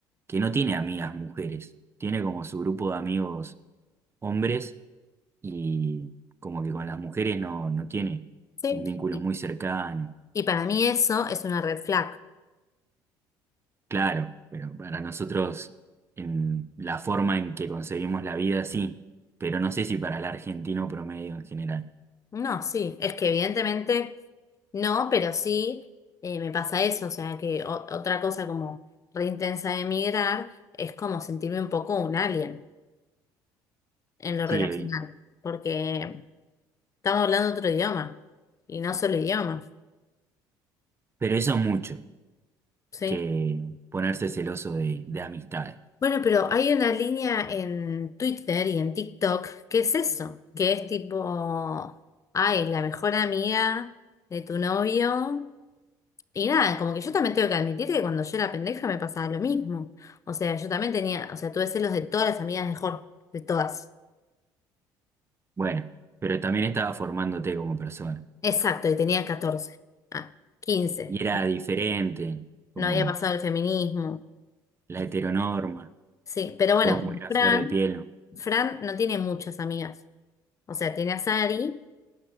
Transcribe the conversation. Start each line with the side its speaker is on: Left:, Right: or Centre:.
Right: que no tiene amigas mujeres, tiene como su grupo de amigos hombres y como que con las mujeres no, no tiene
Left: Sí.
Right: un vínculo
Left: Y,
Right: muy cercano.
Left: y para mí eso es una red flag.
Right: Claro, pero para nosotros en la forma en que concebimos la vida sí, pero no sé si para el argentino promedio en general.
Left: No, sí, es que evidentemente no, pero sí eh, me pasa eso. O sea, que o- otra cosa como re intensa de emigrar es como sentirme un poco un alien en lo
Right: Sí,
Left: relacional,
Right: Evi,
Left: porque estamos hablando otro idioma y no solo idioma.
Right: pero eso es mucho,
Left: Sí.
Right: que ponerse celoso de, de amistades.
Left: Bueno, pero hay una línea en Twitter y en TikTok que es eso, que es tipo, ay, la mejor amiga de tu novio. Y nada, como que yo también tengo que admitir que cuando yo era pendeja me pasaba lo mismo. O sea, yo también tenía, o sea, tuve celos de todas las amigas de Jorge, de todas.
Right: Bueno, pero también estaba formándote como persona.
Left: Exacto, y tenía 14, ah, 15.
Right: y era diferente, como
Left: No había pasado el feminismo.
Right: la heteronorma,
Left: Sí, pero bueno,
Right: todo muy
Left: con
Right: a
Left: Fran,
Right: flor de piel.
Left: Fran no tiene muchas amigas. O sea, tiene a Sari.